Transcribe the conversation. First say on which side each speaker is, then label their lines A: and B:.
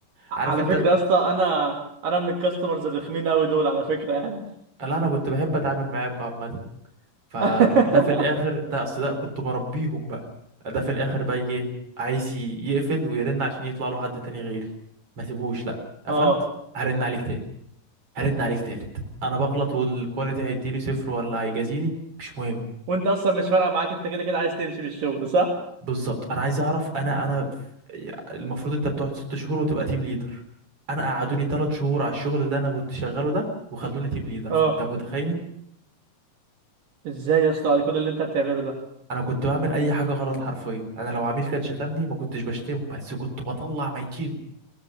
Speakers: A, on the right; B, on the right.
A: على
B: عارف انت
A: فكره يا اسطى انا انا من الكاستمرز الرخمين قوي دول على فكره يعني
B: لا انا كنت بحب اتعامل معاكم عامه فده
A: <laughs>
B: في الاخر ده اصل ده كنت بربيهم بقى ده في الاخر بقى يجي إيه؟ عايز ي- يقفل ويرن عشان يطلع له حد تاني غيري ما سيبوش لا قفلت
A: اه
B: هرن عليك تاني هرن عليك تالت انا بغلط والكواليتي هيديني صفر ولا هيجازيني مش مهم
A: وانت اصلا مش فارقه معاك انت كده كده عايز تمشي من الشغل صح
B: بالظبط انا عايز اعرف انا انا المفروض انت بتقعد ست شهور وتبقى تيم ليدر انا قعدوني تلات شهور على الشغل اللي انا كنت شغاله ده وخلوني تيم ليدر
A: اه
B: فانت متخيل
A: ازاي يا اسطى على كل اللي انت بتعمله ده
B: انا كنت بعمل اي حاجه غلط حرفيا انا لو عميل كان شتمني ما كنتش بشتمه بس كنت بطلع ميتينه